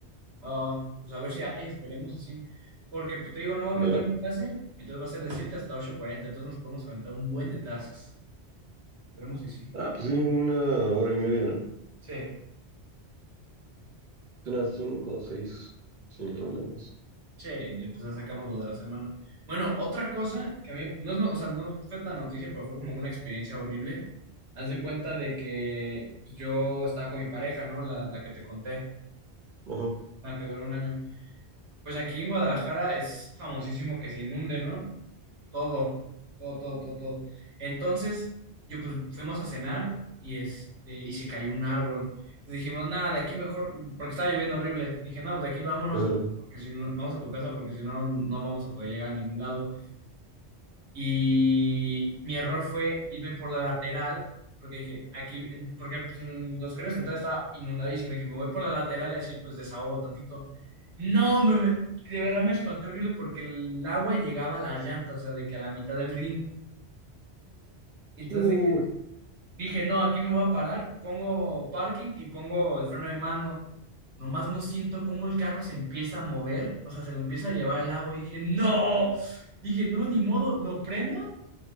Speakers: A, on the right (about 80°); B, on the right (about 50°).
A: Ah, pues a ver si hay, esperemos así. Porque, pues te digo, no voy
B: ojalá.
A: a meter mi clase, entonces va a ser de 7 hasta ocho cuarenta, Entonces nos podemos aventar un buen de tasks. Esperemos si sí.
B: Ah, pues sí, una hora y media, ¿no?
A: Sí.
B: Unas cinco o seis, sin problemas.
A: Sí, pues ya sacamos lo de la semana. Bueno, otra cosa que a mí, no es, no- o sea, no fue tan noticia, pero fue como una experiencia horrible. Haz de cuenta de que pues, yo estaba con mi pareja, ¿no? La, la que te conté,
B: Ajá,
A: la que duró un año. Pues aquí en Guadalajara es famosísimo que se inunde, ¿no? todo, todo, todo, todo, todo. Entonces, yo pues fuimos a cenar y este, y se cayó un árbol. Entonces dijimos, nada, de aquí mejor, porque estaba lloviendo horrible. Dije, no, pues de aquí vámonos,
B: ajá.
A: porque si no, vamos a tu casa, porque si no, no vamos a poder llegar a ningún lado. Y mi error fue irme por la lateral, porque dije, aquí, porque pues, en los carriles centrales estaba inundadísimo. Dije, me voy por la lateral y así pues desahogo tantito. No, me, me- de verdad me espanté horrible porque el agua llegaba a las llantas, o sea, de que a la mitad del ring. Entonces
B: Uh,
A: dije, dije, no, aquí me voy a parar, pongo parking y pongo el freno de mano. Nomás no siento cómo el carro se empieza a mover, o sea, se lo empieza a llevar el agua. Y dije, no, dije, no, ni modo, lo prendo